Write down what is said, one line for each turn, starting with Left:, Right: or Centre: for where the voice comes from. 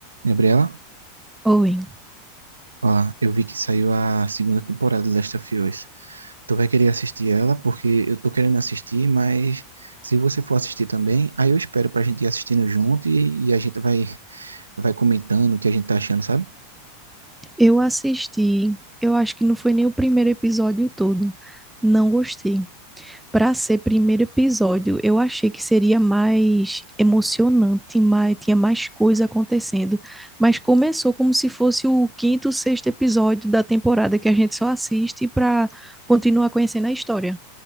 Right: Gabriela,
Centre: Owen,
Right: ó, eu vi que saiu a segunda temporada de Last of Us. Tu vai querer assistir ela, porque eu tô querendo assistir, mas se você for assistir também, aí eu espero pra gente ir assistindo junto e, e a gente vai, vai comentando o que a gente tá achando, sabe?
Centre: eu assisti, eu acho que não foi nem o primeiro episódio todo. Não gostei. Para ser primeiro episódio, eu achei que seria mais emocionante, mais, tinha mais coisa acontecendo. Mas começou como se fosse o quinto, sexto episódio da temporada que a gente só assiste para continuar conhecendo a história.